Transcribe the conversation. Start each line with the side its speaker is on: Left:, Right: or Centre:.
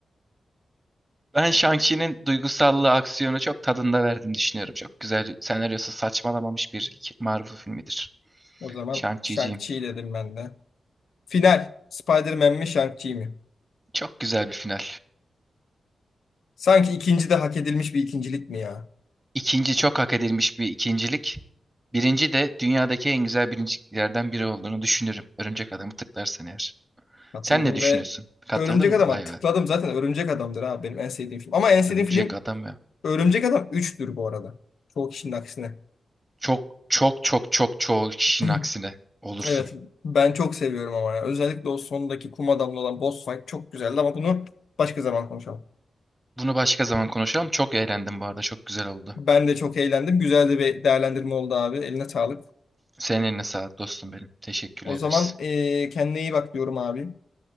Right: Ben Shang-Chi'nin duygusallığı, aksiyonu çok tadında verdiğini düşünüyorum. Çok güzel, senaryosu saçmalamamış bir iki- Marvel filmidir.
Left: O zaman
Right: Shang-Chi'ciyim.
Left: Shang-Chi dedim ben de. Final. Spider-Man mi, Shang-Chi mi?
Right: Çok güzel bir final.
Left: Sanki ikinci de hak edilmiş bir ikincilik mi ya?
Right: İkinci çok hak edilmiş bir ikincilik. Birinci de dünyadaki en güzel birinciliklerden biri olduğunu düşünürüm. Örümcek Adam'ı tıklarsan eğer.
Left: Katıldım
Right: Sen ne düşünüyorsun?
Left: ve
Right: Katıldın
Left: Örümcek
Right: mı?
Left: Adam'a
Right: Vay
Left: tıkladım.
Right: be.
Left: Zaten Örümcek Adam'dır abi benim en sevdiğim film. Ama en sevdiğim
Right: Örümcek
Left: film
Right: Adam ya.
Left: Örümcek Adam üçtür bu arada. Çoğu kişinin aksine.
Right: Çok çok çok çok çoğu kişinin
Left: <clears throat>
Right: aksine olursun.
Left: Evet ben çok seviyorum ama ya. Özellikle o sondaki kum adamlı olan boss fight çok güzeldi ama bunu başka zaman konuşalım.
Right: Bunu başka zaman konuşalım. Çok eğlendim bu arada. Çok güzel oldu.
Left: Ben de çok eğlendim. Güzel de bir değerlendirme oldu abi. Eline sağlık.
Right: Senin eline sağlık dostum benim. Teşekkür
Left: O
Right: ederiz.
Left: zaman eee kendine iyi bak diyorum abi.